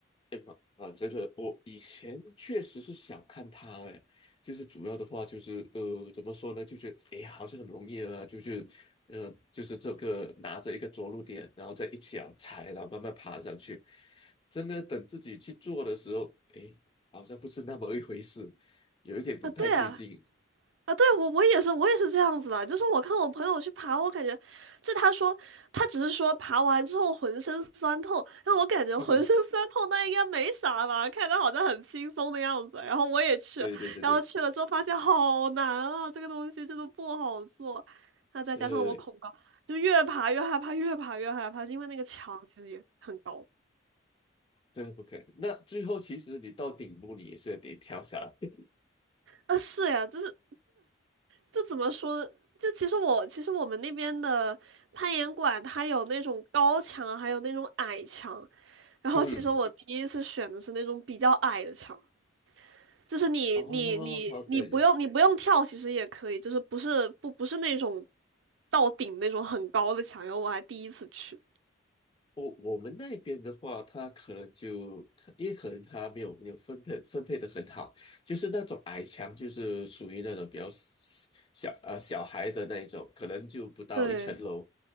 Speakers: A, on the left; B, on the right.
A: <laughs> 啊，这个我以前确实是想看他哎，就是主要的话就是呃，怎么说呢，就觉得哎，好像很容易啊，就是呃，就是这个拿着一个着陆点，然后再一脚踩，然后慢慢爬上去。真的等自己去做的时候，哎，好像不是那么一回事，有一点不太对劲。
B: <laughs> 啊，对啊。啊，对，我我也是，我也是这样子的。就是我看我朋友去爬，我感觉，就他说他只是说爬完之后浑身酸痛，让我感觉浑身酸痛，
A: <laughs>
B: 那应该没啥吧？看他好像很轻松的样子。然后我也去，
A: 对对对对，
B: 然后去了之后发现好难啊，这个东西真的不好做。那再加上我恐高，
A: 是
B: 就越爬越害怕，越爬越害怕，就因为那个墙其实也很高。
A: 这个不可以。那最后其实你到顶部，你也是得跳下来。
B: 啊，是呀，就是。这怎么说呢？就其实我其实我们那边的攀岩馆，它有那种高墙，还有那种矮墙。然后其实我第一次选的是那种比较矮的墙，
A: 嗯，
B: 就是你你你你不用你不用跳，
A: <laughs> 哦哦，对对，
B: 其实也可以，就是不是不不是那种到顶那种很高的墙。然后我还第一次去，
A: 我我们那边的话，他可能就他也可能他没有没有分配分配的很好，就是那种矮墙，就是属于那种比较小小呃小孩的那一种，可能就不到一层楼，
B: 对。